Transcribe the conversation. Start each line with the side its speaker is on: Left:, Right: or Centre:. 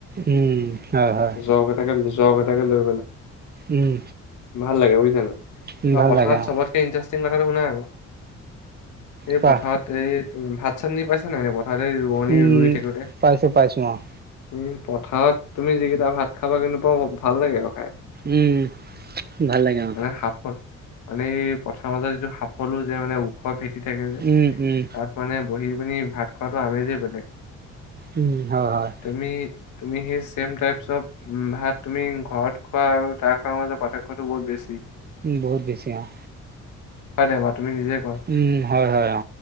Right: উম, হয়, হয়,
Left: যোৱাকেইটা যোৱা কেইটা তাকে লৈ,
Right: উম,
Left: ভাল লাগে বুজিছা নে,
Right: উম,
Left: নাই
Right: ভাল
Left: পথাৰত
Right: লাগে
Left: চবতকে
Right: অ',
Left: ইনটেৰষ্টিঙং শুনাই আৰু, এই
Right: কোৱা
Left: পথাৰত, এই ভাত-চাত নি পাইছা নে নাই প ভালেই ৰোৱনী
Right: উম,
Left: ৰুই থাকোঁতে
Right: পাইছোঁ, পাইছোঁ অ',
Left: উম, পথাৰত তুমি যিকেইটা ভাত খাবা কিন্তু ভাল লাগে আৰু খাই।
Right: উম, ভাল লাগে অ।
Left: মানে সাফত মানে এই পথাৰ মাজত যিটো সাফলো যে মানে ওখ ভে থাকে যে,
Right: উম, উম,
Left: তাত মানে বহি পিনি ভাত খোৱাৰতো আমেজেই বেলেগ।
Right: উম হয়, হয়।
Left: তুমি তুমি সেই ছেম টাইপ্চ অফ ভাত তুমি ঘৰত খোৱা আৰু তাৰ খোৱাৰ মাজত পাৰ্থক্যটো বহুত বেছি।
Right: বহুত বেছি আৰু।
Left: <inaudible> কোৱা?
Right: উম, হয়, হয়, অ।